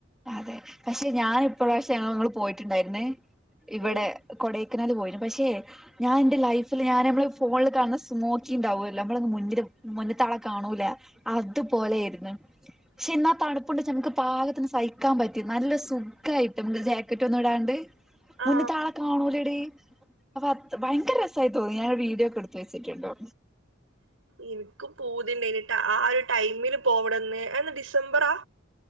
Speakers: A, in the centre; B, on the right.
A: അതെ പക്ഷെ ഞാൻ ഇപ്രാവശ്യം ങ്ങള് പോയിട്ടുണ്ടായിര്ന്നെ ഇ വടെ
B: ഉം
A: കൊടേ കനാല് പോയിണ് പക്ഷെ ഞാൻ ന്റെ ലൈഫില് ഞാൻ നമ്മള് ഫോണില് കാണുന്ന സ്മോക്കി ണ്ടാവുല്ലോ നമ്മള് മുന്ന്ല് മുന്ന്ത്താളെ കാണൂല അതുപോലെയിരുന്ന് ക്ഷെ ന്നാ തണുപ്പുണ്ട് നമുക്ക് പാകത്തിന് സഹി ക്കാൻ പറ്റി നല്ല സുഖയിട്ട് മ്മക്ക് ജാക്കറ്റ് ഒന്നും ഇടാണ്ട്
B: ആ
A: മുന്ന്ത്താളെ കാണൂലടീ അപ്പ ഭയങ്കര രസമയി തോന്നി ഞാനത് വീഡിയോ ഒക്കെ എടുത്ത് വെച്ചിട്ടുണ്ട് ട്ടൊ
B: ഇൻക്ക് പൂതിണ്ടൈനി ആഹ് ഒരു ടൈമില് പോവണന്ന് ന്ന ഡിസംബറാ